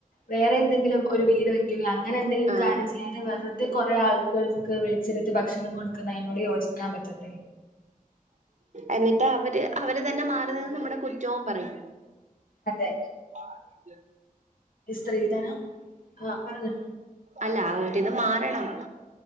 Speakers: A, on the left; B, on the right.
A: വേറെ എന്തെങ്കിലും ഒരു വീട് വെക്കുക അങ്ങനെ എന്തെങ്കിലും
B: ആഹ്
A: കാര്യം ചെയ്യാൻ വെറുതെ കുറെ ആള്കൾക്ക് വിളിച്ചിരുത്തി ഭക്ഷണം കൊടുക്കുന്നതിനോട് യോജിക്കാൻ പറ്റും
B: എന്നിട്ട് അവര് അവര് തന്നെ മാറി നിന്ന് നമ്മുടെ കുറ്റവും പറയും
A: അതെ
B: ആഹ്
A: സ്ത്രീധനം ആഹ് പറഞ്ഞോ
B: അല്ല ഒരിത് മാറണം